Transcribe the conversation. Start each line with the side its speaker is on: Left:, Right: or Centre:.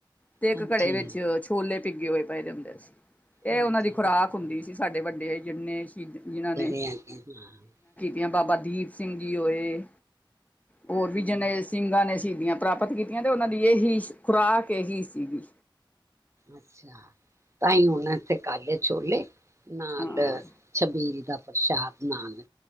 Left: ਤੇ ਇੱਕ
Right: ਹਾਂਜੀ।
Left: ਘੜੇ ਵਿੱਚ ਛੋਲੇ ਪਿੱਗੇ ਹੋਏ ਪਏ ਹੁੰਦੇ ਸੀ। ਇਹ
Right: ਹਾਂਜੀ-ਹਾਂਜੀ
Left: ਉਹਨਾਂ ਦੀ ਖੁਰਾਕ ਹੁੰਦੀ ਸੀ, ਸਾਡੇ ਵੱਡੇ ਜਿੰਨੇ ਸ਼ਹੀਦ ਜਿਨ੍ਹਾਂ ਨੇ
Right: <unintelligible>
Left: ਜਾਂ ਬਾਬਾ ਦੀਪ ਸਿੰਘ ਜੀ ਹੋਏ ਹੋਰ ਵੀ
Right: ਹੂੰ।
Left: ਜਿੰਨੇ ਸਿੰਘਾਂ ਨੇ ਸੀ ਦੀ ਪ੍ਰਾਪਤ ਕੀਤੀਆਂ ਤੇ ਉਹਨਾਂ ਦੀ ਇਹੀ ਖੁਰਾਕ ਇਹੀ ਸੀਗੀ।
Right: ਅੱਛਾ ਤਾਂ ਹੀ ਹੁਣ ਇੱਥੇ ਕਾਲੇ- ਛੋਲੇ ਨਾਲ
Left: ਹਾਂ
Right: ਛਬੀਲ ਦਾ ਪ੍ਰਸ਼ਾਦ ਨਾਲ